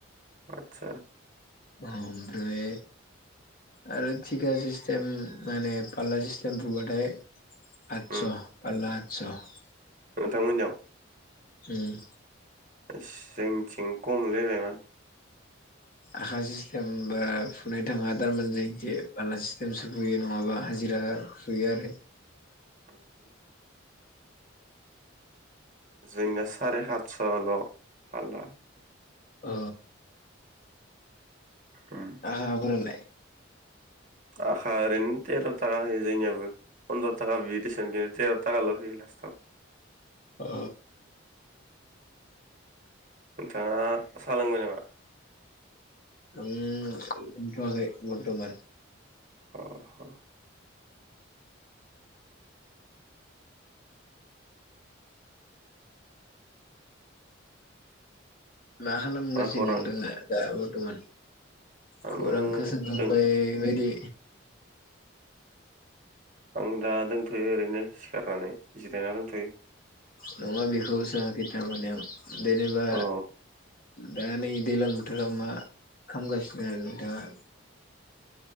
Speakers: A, on the right; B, on the left.
A: आतसा
B: ओमफ्राय आरो थिखा सिस्टेम माने पाल्ला सिस्टेम फुबाथाय आतच'
A: उम
B: पार्ला आतस'
A: नोंथांमोननाव
B: होम
A: जोंथिं खमलै मायबा
B: आखा सिस्टेम बारा फुनो थाङा थारमाने जोंसे बाला सिस्टेम सोफैयो नङाबा फुबा हाजिरा फुयो आरो
A: औ औ जोंनिया साराय हातस'ल' फारला
B: अ
A: उम
B: आखाफोरालाय
A: आखा ओरैनो तेर' थाखा होयो जोंनियाबो पन्द्र' थाखा बियो देसन तेर' थाखाल' होयो लास्टाव
B: अ
A: नोंथाङा साहा लोंबाय नामा
B: ओम लोंथ'याखै बरथ'मान
A: अ अ
B: मा खालामगासिनो
A: मा खौरां
B: दङो दा बर्थमान
A: आङो
B: खौरांखौ सोंखांबाय
A: दों
B: बायदि
A: आं दा दोंथ'यो ओरैनो सिखारनानै जिरायना दोंथ'यो
B: नङा बेखौ सोङाखै थारमाने जेनेबा
A: अ
B: दा नै दैलां बोथोराव मा खालामगासिनो आरो नोंथाङा